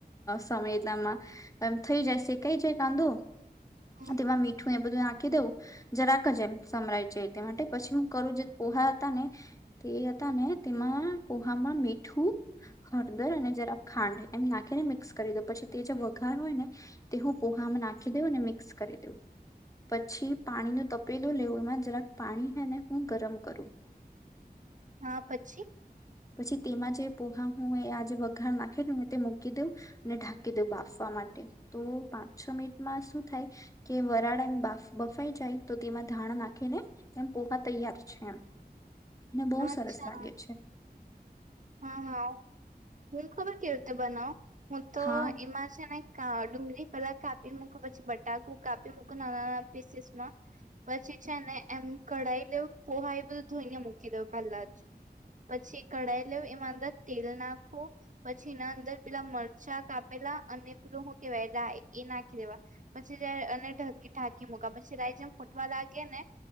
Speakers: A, on the left (about 20°); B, on the right (about 50°).
A: સમય એટલામાં એમ થઈ જાય શેકાઈ જાય કાંદો
B: હમ,
A: તેમાં મીઠું એ બધું નાખ ખી દઉં. જરાક જ એમ સમરાઈ જાય તે માટે પછી હું કરું જે પોહા હતા ને, તે હતા ને તેમાં પોહામાં મીઠું હળદર અને જરાક ખાંડ એમ નાખીને મિક્સ કરી દઉં પછી તે જે વઘાર હોય ને, તે હું પોહામાં નાખી દઉં અને મિક્સ કરી દઉ, પછી પાણી ન તપેલૂ લેવ. માં જરાક પાણી હને હું ગરમ કરું.
B: હા પછી?
A: પછી તેમાં જે પોહા હું આ જે વઘાર નાખેલું ને તે મૂકી દઉં અને ઢાંકી દઉં, બાફવા માટે તો પાંચ છ મિનિટમાં શું થાય કે વરાળ એમ બા બફાઈ જાય, તો તેમાં ધાણ નાખીને એમ પોહા તૈયાર છે એમ. અનેને બહુ
B: અચ્છા
A: સરસ લાગે છે.
B: હા હા, હું ખબર ક રતે બનાવ? હું તો
A: હા
B: એમાં છે નહી. ડુંગળી પહેલા કાપી મૂકો પછી બટાકુ કાપી મૂકો નાના નાના પીસીસમાં, પછી છેને એમ કઢાઈ લેવ પોહા એ બધું ધોઈને મૂકી દેવ પહેલા જ, પછી કઢાઈ એ એમાં અંદર તેલ નાખવું, પછી એના અંદર પેલા મરચાં કાપેલા અને પેલું હું કેહેવાય રાય એ નાખી દેવા, પછી જ ઢાંકી મુકા પછી રાય જેમ ફૂટવા લાગે ને,